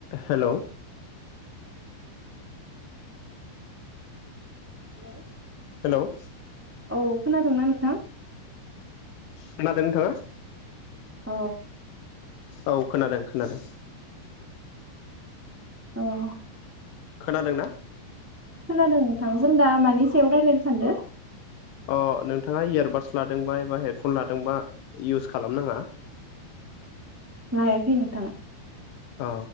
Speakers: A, on the left; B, on the right.
A: हेल'।
B: Hello.
A: Hello.
B: औ खोनादोंना नोंथां।
A: खोनादों नोंथाङा।
B: औ।
A: औ खोनादों खोनादों।
B: अ।
A: खोनादोंना।
B: खोनादों नोंथां जों दा मानि सायाव रायज्लायनो सानदों।
A: अ नोंथाङा इयारबादस लादोंबा एबा हेडफन लादोंबा इउस खालाम नाङा।
B: लायाखै नोंथां।
A: औ